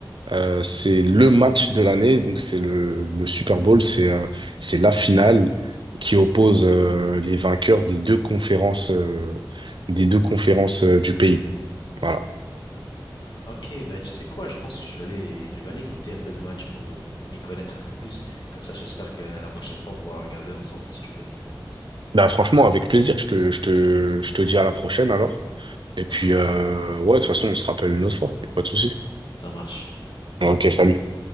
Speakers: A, on the right; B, on the left.
A: Euh, c'est le match de l'année, donc c'est le, le Super Bowl, c'est euh, c'est la finale qui oppose euh, les vainqueurs des deux conférences euh, des deux conférences euh, du pays. Voilà.
B: Ok, bah tu sais quoi, je pense que je vais aller, je vais aller écouter un peu de match pour m- m'y connaître un peu plus. Comme ça, j'espère que la prochaine fois, on pourra regarder ensemble si tu veux.
A: Bah, franchement, avec plaisir, je te, je te, je te dis à la prochaine alors. Et puis
B: Ok,
A: euh,
B: c'est bon,
A: ouais, de toute façon, on se rappelle une autre fois, y a pas de souci.
B: ça marche.
A: Ok, salut.